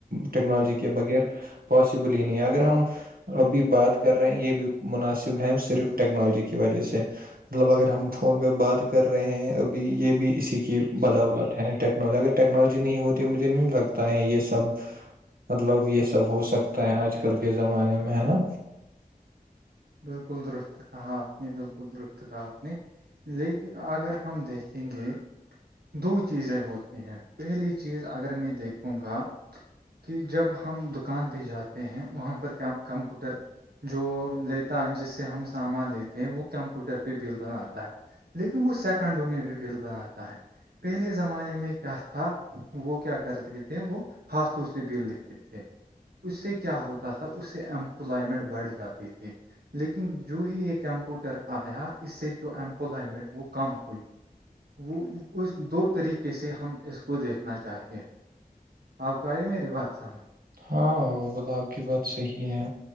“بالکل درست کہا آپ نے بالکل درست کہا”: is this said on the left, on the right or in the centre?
Right